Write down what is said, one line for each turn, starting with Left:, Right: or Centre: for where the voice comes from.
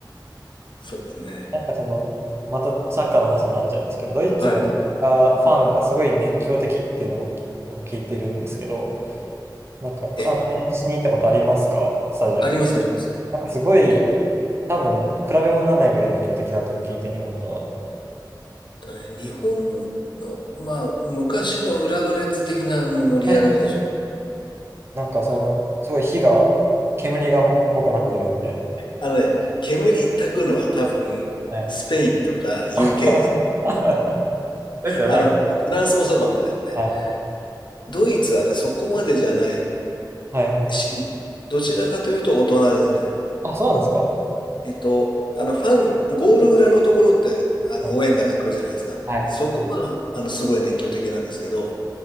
Left: そうですね。
Right: なんかその、またサッカーの話になっちゃうんですけど、ドイツのサッカーファンがすごい熱狂的っていうのを僕聞いてるんですけど、
Left: はい、どうぞ。うん。
Right: なんか観戦しに行ったことありますかスタジアムに。
Left: えっとね、あります、あります。
Right: なんかすごい、
Left: えっ
Right: 多分比べ物にならないぐらい熱狂的だっていうのを聞いて、日本と
Left: とね、日本の、まあ、昔の浦和レッズ的なの盛り上がりでしょうね。
Right: は。はいはいなんかその、
Left: あの、
Right: すごい火が、煙がもくもくなってるみたいな。
Left: あのね、煙たくのは多分、
Right: はい。
Left: スペインとか UK
Right: <laughs>
Left: です。
Right: ドイツじゃない。
Left: あの、フランスもそうかもしれないですね。
Right: はい。
Left: ドイツはね、そこまでじゃない
Right: はいはいはい。
Left: し、どちらかというと大人ですね。
Right: あ、そうなんですか。
Left: えっと、あの、ファン、ゴール裏のところって、あの、
Right: はい。
Left: 応援団が来るじゃないですか。
Right: はい
Left: そこは、あの、すごい熱狂的なんですけど、